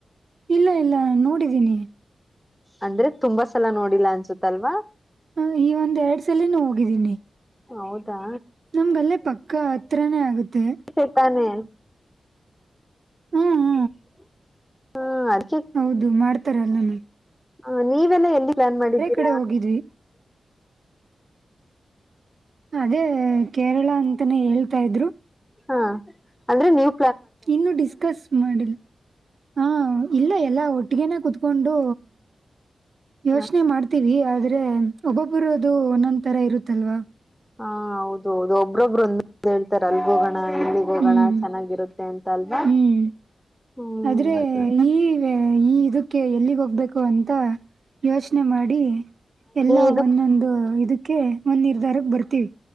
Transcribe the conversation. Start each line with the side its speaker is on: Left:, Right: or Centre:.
Right: ಇಲ್ಲ ಇಲ್ಲ ನೋಡಿದೀನಿ
Centre: ಅಂದ್ರೆ ತುಂಬಾ ಸಲ ನೋಡಿಲ್ಲ ಅನ್ಸುತ್ತಲ್ವಾ
Right: ಹ ಈ ಒಂದ್ ಎರಡ್ ಸಲಿನೂ ಹೋಗಿದ್ದೀನಿ
Centre: ಹೌದಾ
Right: ನಮ್ಗಲ್ಲೇ ಪಕ್ಕ ಹತ್ರಾನೇ ಆಗುತ್ತೆ
Centre: ಶಕಾನೆ
Right: <inaudible>
Centre: <unintelligible> ಹಾ
Right: ಹೌದು ಮಾಡ್ತಾರಲ್ಲಾನ
Centre: ಹ ನೀವೆಲ್ಲ ಎಲ್ಲಿ ಲ್ಯಾನ್ ಮಾಡಿದ್ದೀರಾ
Right: ಕಡೆ ಹೋಗಿದ್ವಿ ಅದೇ ಕೇರಳ ಅಂತಾನೇ ಹೇಳ್ತಾ ಇದ್ರು
Centre: ಹಾ ಅಂದ್ರೆ ನೀವು
Right: ಇನ್ನು ಡಿಸ್ಕಸ್ ಮಾಡಿಲ್ಲ ಹ ಇಲ್ಲ ಎಲ್ಲಾ ಒಟ್ಟಗನೆೇ ಕುೂತ್ಕೊಂಡು ಯೋಚನೆ
Centre: ಹ
Right: ಮಾಡ್ತೀವಿ ಆದ್ರೆ ಒಬ್ಬೊಬ್ಬರೋದು ಒಂದೊಂದ ತರ ಇರುತ್ತಲ್ವಾ
Centre: ಹಾ ಹೌದ ಹೌದು ಒಬ್ಬ್ರೊಬ್ರು ಒಂದ ಹೇಳ್ತಾರ ಅಲ್ಗೋ ಗಣ ಇಲ್ಲಿ ಹೋಗೋಣ
Right: ಹ್ಮ್
Centre: ಚೆನ್ನಾಗಿರುತ್ತೆ ಅಂತ ಅಲ್ವಾ
Right: ಹ್ಮ್
Centre: ಹ್ಮ್
Right: ಆದ್ರೆ
Centre: ಅ
Right: ಈ ಈ ಇದಕ್ಕೆ ಎಲ್ಲಿಗೆ ಹೋಗ್ಬೇಕು ಅಂತ ಯೋಚನೆ ಮಾಡಿ ಎಲ್ಲಾ
Centre: ಇದು
Right: ಒಂದೊಂದು ಇದಕ್ಕೆ ಒಂದ್ ನಿರ್ಧಾರಕ್ ಬರ್ತೀವಿ